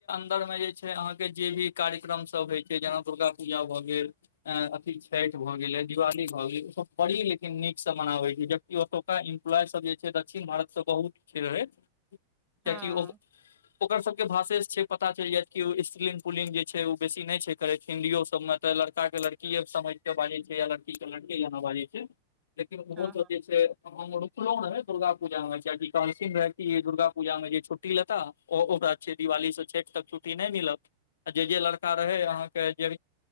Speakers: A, on the left (about 85°); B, on the right (about 25°).
A: अन्दर मे जे छै अहाँके जे भी कार्यक्रम सब होइ छै जेना दुर्गा पूजा भऽ गेल अथी छठि भऽ गेलै दिवाली भऽ गेलै ओसभ बड़ी लेकिन नीकसँ मनाबैत छै ज ओतुका इम्प्लॉय सब जे छै दक्षिण भारत से बहुत छै रहैत कियाकि
B: हँ
A: ओ <inaudible> ओकर सब के भाषे से छै पता चल जायत कि स्त्रीलिंग पुलिंग जे छै उ बेसी न छै करे छै हिन्दीयो सब मे तऽ लड़का के लड़कीये समझ के बाजै छै या लड़की के लड़के जेना बाजै छै लेकिन उहो
B: हँ
A: सब
B: हँ
A: जै छैे हम रुकलौं हैं दुर्गा पूजामे कियाकि कहलखिन रहै कि दुर्गा पूजा मे जे छुट्टी लेता ओकरा दिवाली से छठ तक छुट्टी नहि मिलत आ जे जे लड़का रहै अहाँके जे